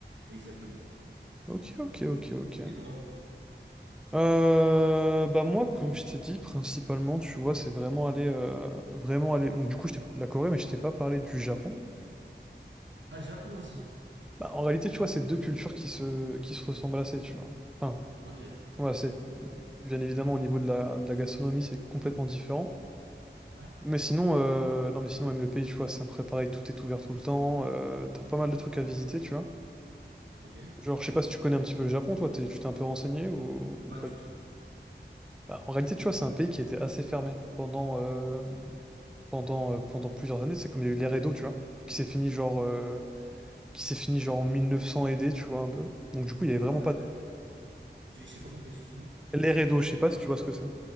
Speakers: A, on the right; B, in the centre.
A: Exactement.
B: Ok, ok, ok, ok.
A: Et toi?
B: Euh, bah moi, comme je t'ai dit, principalement, tu vois, c'est vraiment aller, euh, vraiment aller. Donc du coup, je t'ai parlé de la Corée, mais je t'ai pas parlé du Japon.
A: Ah, le Japon aussi.
B: Bah, en réalité, tu vois, c'est deux cultures qui se, qui se ressemblent assez, tu vois. Enfin,
A: Ok.
B: voilà, c'est bien évidemment au niveau de la, de la gastronomie, c'est complètement différent.
A: Ouais.
B: Mais sinon, euh, non, mais sinon même le pays, tu vois, c'est un peu pareil, tout est ouvert tout le temps. euh, t'as pas mal de trucs à visiter, tu vois.
A: Ok.
B: Genre, je sais pas si tu connais un petit peu le Japon, toi, t'es- tu t'es un peu renseigné ou, ou
A: Pas
B: pas
A: du tout.
B: Bah, en réalité, tu vois, c'est un pays qui était assez fermé pendant, euh, pendant, euh, pendant plusieurs années. C'est comme il y a eu l'ère Edo, tu vois, qui s'est fini genre, euh, qui s'est fini genre en 1900 aidé, tu vois, un peu. Donc, du coup, il y avait
A: Après,
B: vraiment
A: après,
B: pas. de-
A: j'ai j'ai pas compris, excuse-moi.
B: L'ère Edo, je sais pas si tu vois ce que c'est.